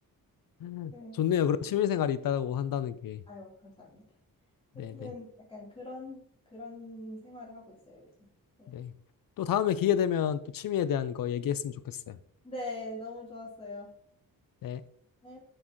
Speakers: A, on the left (about 65°); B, on the left (about 15°).
A: <laughs>
B: 네.
A: 좋네요. 그런 취미 생활이 있다고 한다는 게.
B: 아유, 감사합니다.
A: 네네.
B: 여튼
A: 네.
B: 약간 그런 그런 생활을 하고 있어요, 요즘. 네.
A: 네, 네. 또 다음에 기회 되면 또 취미에 대한 거 얘기했으면 좋겠어요.
B: 네, 너무 좋았어요.
A: 네.
B: 네.